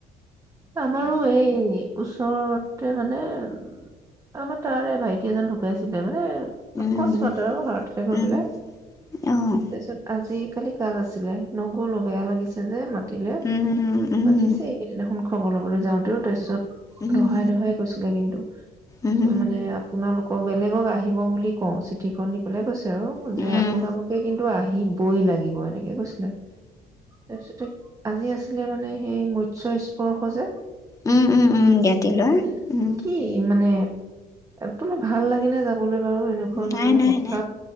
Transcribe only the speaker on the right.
আমাৰো এই ওচৰত মানে উ আমাৰ তাৰে ভাইটি এজন ঢুকাইছিলে মানে
অকস্মাতে আৰু ভাৰততে গৈ
পেলাই
তাৰপিছত আজি খালি কাজ আছিলে নগ'লো বেয়া লাগিছে যে মা পাতিলে
মাতিছে এইকেইদিনা সোনকালে খব লব যাওঁতেও তাৰপিছত
দহাই দহাই কৈছিলে কিন্তু
মানে আপোনালোক বেলেগক আহিব বুলি কওঁ চিঠিখন দি পেলাই কৈছে আৰু
যে আপোনালোকে কিন্তু আহি সি বই লাগিব সনেকে কৈছিলা তাৰপিছতে আজি আছিলে মানে সেই মৎস্ কৰৰ স যে
আছিলে
কি মানে তোমাৰ ভাল লাগি নে যাবলৈ? বাৰু এনেকুৱা
মানে
হঠা